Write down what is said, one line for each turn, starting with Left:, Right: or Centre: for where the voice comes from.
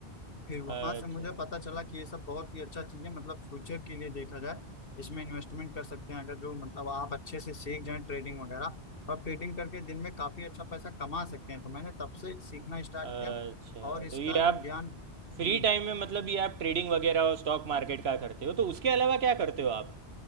Left: फिर वहां
Right: अच्छा
Left: से मुझे पता चला कि ये सब बहुत ही अच्छा चीज है मतलब फ्यूचर के लिए देखा जाए इसमें इन्वेस्टमेंट कर सकते हैं अगर जो मतलब आप अच्छे से सीख जाए ट्रेडिंग वगैरह और ट्रेडिंग करके दिन में काफी अच्छा पैसा कमा सकते हैं तो मैंने तब से सीखना स्टार्ट
Right: अच्छा
Left: किया और इसका
Right: तो ये
Left: जो
Right: आप
Left: ज्ञान
Right: फ्री
Left: हम्म
Right: टाइम में मतलब ये आप ट्रेडिंग वगैरह और स्टॉक मार्केट का करते हो तो उसके अलावा क्या करते हो आप